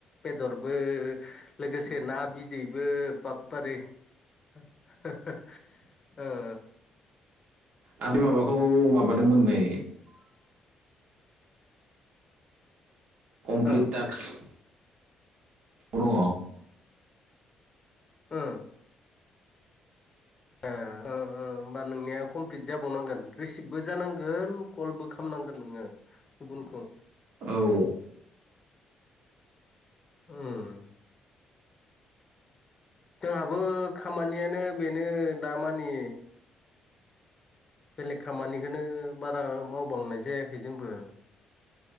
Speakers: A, on the left; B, on the right.
A: बेदरबो लोगोसे ना बिदैबो बाबपारे <unintelligible> ओ
B: आं बे माबाखौ माबादोंमोन नै कमप्लिट
A: औ
B: टास्क दंङ'
A: ओ ओ ओ होमबा नोंनिया कमप्लिट जाबावनांगोन रिसिभबो जानांगोन कलबो खालामनांगोन नोंङो गुबुनखौ
B: औ
A: ओं जोंहाबो खामानियानो बेनो दामानि बेलेग खामानिखौनो बारा मावबांनाय जायाखै जोंबो